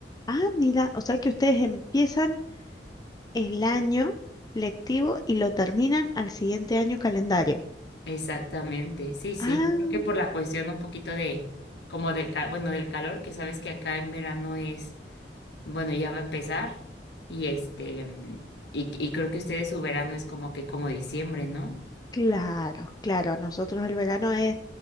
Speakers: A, on the left; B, on the left.
A: Ah, mira, o sea que ustedes empiezan el año lectivo y lo terminan al siguiente año calendario.
B: Exactamente. Sí, sí,
A: Ah,
B: yo creo que por la cuestión un poquito de, como del, ca- bueno, del calor, que sabes que acá en verano es, bueno, ya va a empezar y este, mm, y, y creo que ustedes su verano es como que como diciembre, ¿no?
A: claro, claro. Nosotros el verano es